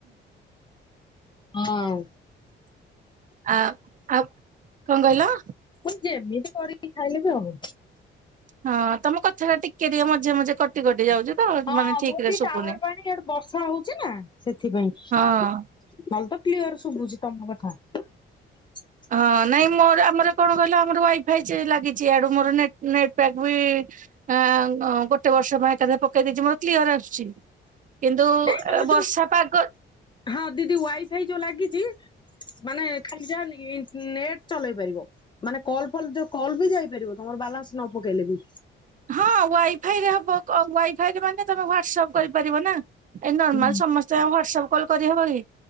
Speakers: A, on the left; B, on the right.
A: ହଁ
B: ଆ ଆଉ କଣ କହିଲ।
A: ମୁହି ଯେମିତି କରିକି ଖାଇଲେ ବି ହବ।
B: ହଁ ତମ କଥା ଟା ଟିକେ ଟିକେ ମଝେ ମଝେ କଟି କଟି ଯାଉଛି ତ
A: ହଁ
B: ମାନେ ଠିକ
A: ମୋରଟିକେ
B: ରେ ଶୁଭୁନି
A: ଟାୱାର ପାଉନି ବର୍ଷା ହଉଛି ନା ସେଥିପାଇଁ,
B: ହଁ ଆଉ
A: ନହେଲେ ତ କ୍ଲିୟର ଶୁଭୁଛି ତମ କଥା। <inaudible>
B: ହଁ ନାଇଁ ମୋର ଆମର କଣ କହିଲ ଆମର ୱାଇଫାଇ ଚି ଲାଗିଛି ଆଡୁ ମୋର ନେଟ ନେଟପ୍ୟାକ୍ ବି ଆ ଗୋଟେ ବର୍ଷ ପାଇଁ ଏକାଥର ପକେଇ ଦେଇଛି ମୋର କ୍ଲିୟର ଆସୁଛି। କିନ୍ତୁ
A: ନାଇଁ ତମ
B: ଏ
A: ଯୋଉ
B: ବର୍ଷା ପାଗ
A: ହଁ ଦିଦି ୱାଇଫାଇ ଯୋଉ ଲାଗିଛି ମାନେ ଖାଲି ଯା ନେଟ୍ ଚଲେଇ ପାରିବ ମାନେ କଲ ଫଲ ଜ କଲ୍ ବି ଯାଇପାରିବ ତମର ବାଲାନ୍ସ ନ ପକେଇଲେ ବି
B: ହଁ ୱାଇଫାଇ ରେ ହବ କ ୱାଇଫାଇରେ ମାନେ ତମେ ହ୍ୱାଟସଆପ୍ କରିପାରିବ ନାଁ ଏଇ ନର୍ମାଲ
A: ହଁ
B: ସମସ୍ତେ ଆଉ ୱାଡ଼ଆପ୍ କଲ କରିହବ କି